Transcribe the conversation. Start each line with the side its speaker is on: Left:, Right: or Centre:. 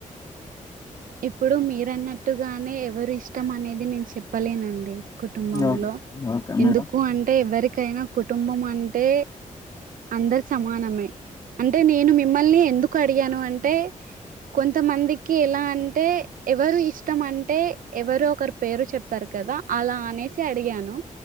Right: ఇప్పుడు మీరన్నట్టుగానే ఎవరు ఇష్టం అనేది నేను చెప్పలేనండి కుటుంబంలో
Left: ఓకే ఓకే
Right: ఎందుకు
Left: మేడం
Right: అంటే ఎవరికైనా కుటుంబం అ అంటే అందరు సమానమే అంటే నేను మీ మిమ్మల్ని ఎందుకు అడిగాను అంటే కొంతమందికి ఎలా టె ఎవరు ఇష్టం అంటే ఎవరో ఒకరు పేరు చెప్తారు కదా అలా అనేసి అడిగాను